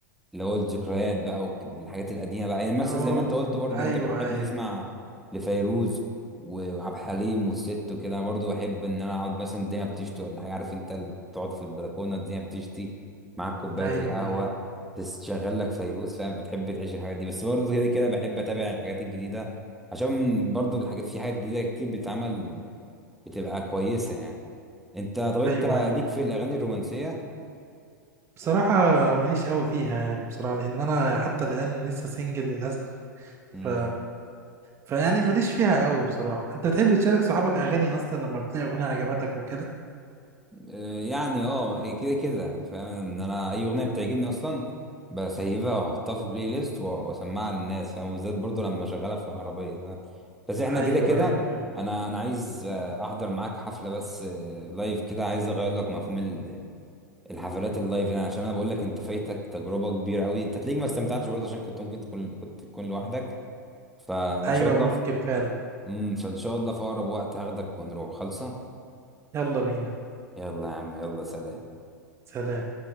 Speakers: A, in the centre; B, on the right.
A: اللي هو الذكريات بقى والك- والحاجات القديمه بقى يعني مثلا
B: اوه
A: زي ما انت قلت برضه
B: ايوه
A: انت بتحب
B: ايوه
A: تسمع لفيروز و- وعبد الحليم والست وكده انا برضه بحب ان انا اقعد مثلا الدنيا بتشتي ولا حاجه عارف انت ال- تقعد في البلكونه الدنيا بتشتي معاك كوبايه
B: ايوه
A: القهوه
B: ايوه
A: تشغل لك فيروز فاهم بتحب تعيش الحاجات دي بس برضه كده كده بحب اتابع الحاجات الجديده عشان برضه الحاجات في حاجات جديده كتير بتتعمل بتبقى كويسه يعني انت طب انت
B: ايوه ايوه
A: ليك
B: فهمت.
A: في الاغاني الرومانسيه
B: بصراحة ماليش قوي فيها يعني بصراحة لأن أنا حتى الآن لسه سنجل للأسف
A: امم
B: ف فيعني ماليش فيها قوي بصراحة أنت تحب تشارك صحابك أغاني أصلا لما بتلاقي أغنية عجبتك وكده
A: آه، يعني اه إيه، كده كده فاهم ان انا اي اغنيه بتعجبني اصلا بسيبها واحطها في بلاي ليست و- واسمعها للناس فاهم وبالذات برضو لما اشغلها في العربيه فاهم؟ بس احنا
B: أيوه
A: كده كده
B: أيوه فهمت
A: انا انا عايز آه، احضر معاك حفله بس آه، لايف كده عايز اغير لك مفهوم ال- الحفلات اللايف يعني عشان انا بقول لك انت فايتك تجربه كبيره قوي انت تلاقيك ما استمتعتش برضه عشان كنت ممكن تكون كنت تكون لوحدك فان
B: أيوه
A: شاء الله في...
B: ممكن فعلا
A: مم، فان شاء الله في اقرب وقت هاخدك ونروح خالصه
B: يلا بينا
A: يلا يا عم يلا سلام
B: سلام